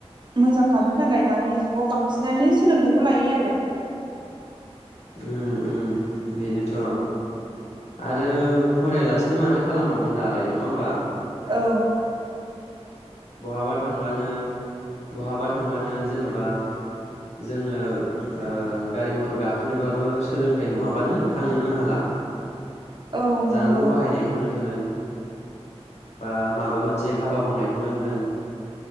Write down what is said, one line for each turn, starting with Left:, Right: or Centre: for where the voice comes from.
Right: मोजां खालामनो थाखाय दानि जुगाव बांसिनानो सोलोंथायाइखौ लायो आरो
Left: उम उम बेनोथ आरो फरायलासिनो माथो खालामबावगोन दालाय नङा होमबा
Right: औ
Left: बहाबा थांबानो बहाबा थांबानो जेनबा जोंनो ओ गारि मथर गाखोनोबाबो सोलोंथाइ नङाबानो थांनोनो हाला
Right: औ नंगौ
Left: जानबुं बाहायनायखौनो होन बा माबा मोनसे हाबा मावनायखौनो होन